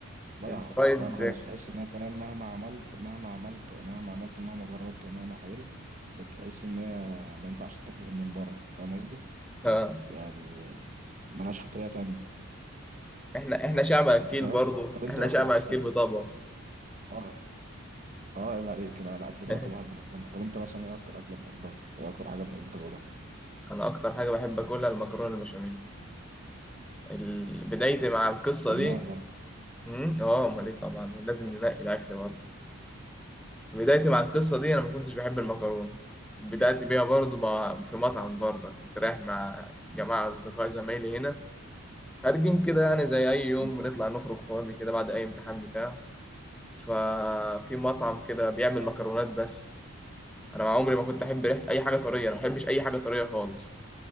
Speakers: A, on the right; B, in the centre.
A: ضايعة
B: الفرايد
A: ضايعة خالص وتحس إن هي فاهم مهما عملت مهما عملت مهما عملت ومهما جربت ومهما حاولت بتحس إن هي ما ينفعش تتاكل غير من بره فاهم قصدي؟
B: آه.
A: يعني ملهاش طريقة تانية
B: احنا احنا شعب أكيل
A: أنت فاهم؟
B: برضو
A: طب أنت
B: احنا
A: مثلا
B: شعب أكيل
A: أنت
B: بطبعه
A: آه آه عيب عليك أنا الأكل
B: <laughs>
A: ده رقم واحد بالنسبة لنا طب أنت مثلا إيه أكتر أكلة بتحبها؟ إيه أكتر حاجة بتحب تاكلها؟
B: أنا أكتر حاجة بحب أكلها المكرونة البشاميل ال- بدايتي مع القصة
A: فنان
B: دي
A: برضه
B: مم، اه أمال إيه طبعا لازم ننقي الأكل برضو بدايتي مع القصة دي أنا ما كنتش بحب المكرونة بدأت بيها برضو مع في مطعم بره كنت رايح مع جماعة أصدقاء زمايلي هنا خارجين كده يعني زي أي يوم
A: <laughs>
B: بنطلع نخرج فاضي كده بعد أي امتحان بتاع ففي مطعم كده بيعمل مكرونات بس انا مع عمري ما كنت احب ريحه اي حاجه طريه انا ما بحبش اي حاجه طريه خالص